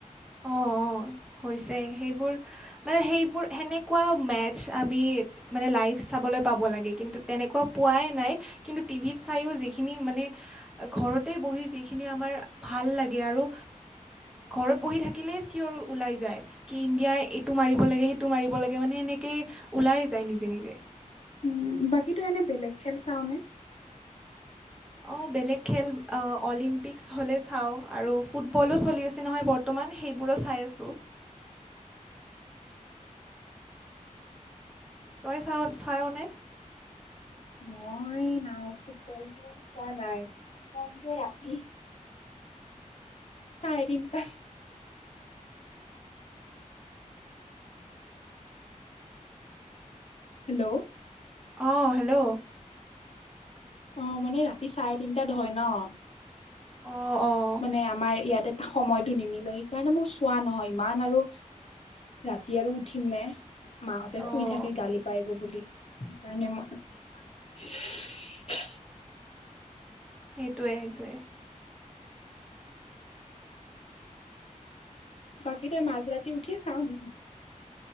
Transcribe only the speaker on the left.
উম বাকী তই এনে বেলেগ খেল চাওনে?
মই নাই ফুটবলটো চোৱা নাই কাৰণ ৰাতি চাৰেতিনটাত। হেল্ল'।
অ' মানে ৰাতি চাৰেতিনটাত হয় ন'?
মানে আমাৰ ইয়াতে সময়টো নিমিলে সেইকাৰণে মোৰ চোৱা নহয় ইমান আৰু ৰাতি আৰু উঠিম নে। মাহঁতে শুই
থাকে গালি পাৰিব বুলি। সেইকাৰণে মই
বাকী তই মাজ ৰাতি উঠিয়ে চাও নেকি?